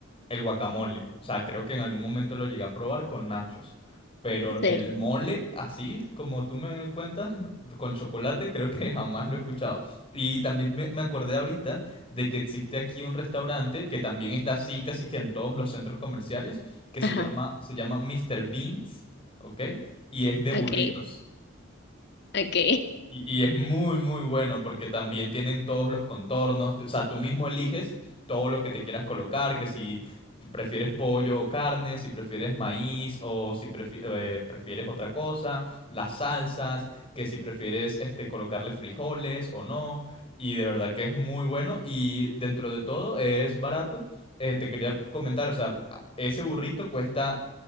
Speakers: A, on the left; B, on the left.
A: el guacamole. O sea, creo que en algún momento lo llegué a probar con nachos. Pero
B: sí,
A: el mole, así como tú me cuentas, <laughs> con chocolate, creo que <laughs> jamás lo he escuchado. Y también me, me acordé ahorita de que existe aquí un restaurante que también está así casi que en todos los centros comerciales, que se
B: ajá,
A: llama, se llama Mr. Beans, ¿ok? Y es de
B: ok,
A: burritos.
B: ok.
A: Y, y es muy, muy bueno porque también tienen todos los contornos. t- O sea, tú mismo eliges todo lo que te quieras colocar, que si t- prefieres pollo o carne, si prefieres maíz o si prefi- eh, prefieres otra cosa, las salsas, que si prefieres este, colocarle frijoles o no. Y de verdad que es muy bueno y dentro de todo es barato. Eh, te quería comentar, o sea, a- ese burrito cuesta